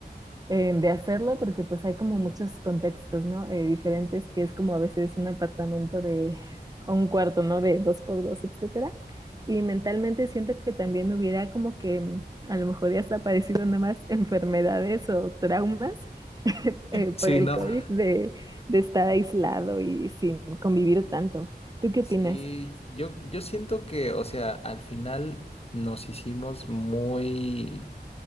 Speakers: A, on the right; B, on the left.
A: eh, de hacerlo porque pues hay como muchos contextos, ¿no? Eh, diferentes, que es como a veces un apartamento de o un cuarto, ¿no? De dos por dos, etcétera. Y mentalmente siento que también hubiera como que mm, a lo mejor ya está aparecido nomás enfermedades o traumas <laughs> eh, por
B: Sí,
A: el
B: no.
A: Sí. COVID de, de estar aislado y sin convivir tanto. ¿Tú qué
B: Sí,
A: opinas?
B: yo, yo siento que, o sea, al final nos hicimos muy